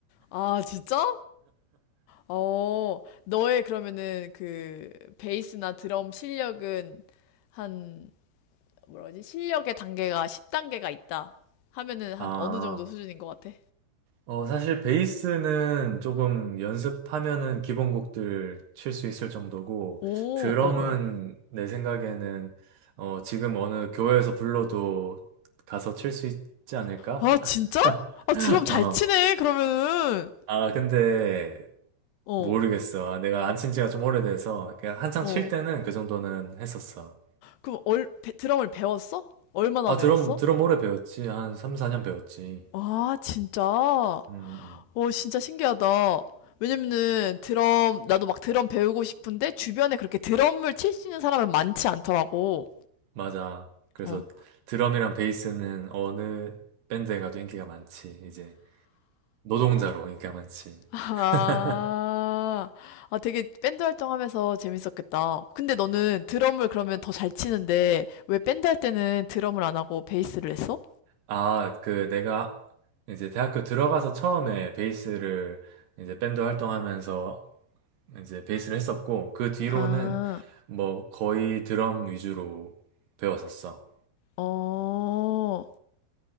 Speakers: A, on the left; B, on the right.
A: 아, 진짜? 어, 너의 그러면은 그 베이스나 드럼 실력은 한, 뭐라지? 실력의 단계가 10단계가 있다. 하면은 한
B: 아,
A: 어느 정도 수준인 것 같아?
B: 어, 사실 베이스는 조금 연습하면은 기본곡들 칠 수 있을 정도고,
A: 오,
B: 드럼은
A: 어, 어.
B: 내 생각에는 어, 지금 어느 교회에서 불러도 가서 칠 수 있지 않을까?
A: 아, 진짜? 아,
B: <laughs>
A: 드럼 잘
B: 어.
A: 치네, 그러면은.
B: 아, 근데
A: 어,
B: 모르겠어. 아, 내가 안 친 지가 좀 오래돼서 그냥 한창
A: 어.
B: 칠 때는 그 정도는 했었어.
A: 그럼 얼, 배- 드럼을 배웠어? 얼마나
B: 아,
A: 배웠어?
B: 드럼, 드럼 오래 배웠지. 한 3, 4년 배웠지.
A: 아, 진짜?
B: 음, 음, 음.
A: 오, 진짜 신기하다. 왜냐면은 드럼, 나도 막 드럼 배우고 싶은데 주변에 그렇게 드럼을 칠 수 있는 사람은 많지 않더라고.
B: 맞아. 그래서
A: 어.
B: 드럼이랑 베이스는 어느 밴드에 가도 인기가 많지. 이제 노동자로 인기가 많지.
A: 아,
B: <laughs>
A: 아, 되게 밴드 활동하면서 재밌었겠다. 근데 너는 드럼을 그러면 더 잘 치는데 왜 밴드 할 때는 드럼을 안 하고 베이스를 했어?
B: 아, 그 내가 이제 대학교 들어가서 처음에 베이스를 이제 밴드 활동하면서 이제 베이스를 했었고, 그 뒤로는
A: 아,
B: 뭐 거의 드럼 위주로 배웠었어.
A: 어.